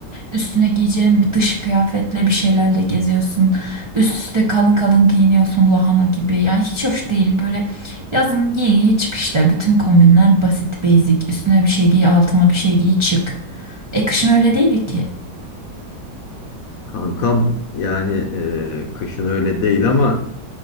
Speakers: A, on the right; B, on the left.
A: üstüne giyeceğin bir dış kıyafetle bir şeylerle geziyorsun. Üst üste kalın kalın giyiniyorsun lahana gibi. Yani hiç hoş değil böyle yazın giy giy çık işte. Bütün kombinler basit basic. Üstüne bir şey giy altına bir şey giy çık. E kışın öyle değil ki.
B: Kankam yani e, kışın öyle değil ama